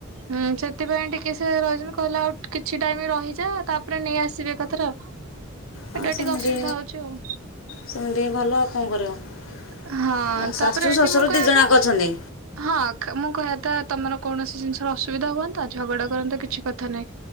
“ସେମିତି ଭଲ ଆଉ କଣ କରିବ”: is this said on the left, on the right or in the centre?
Left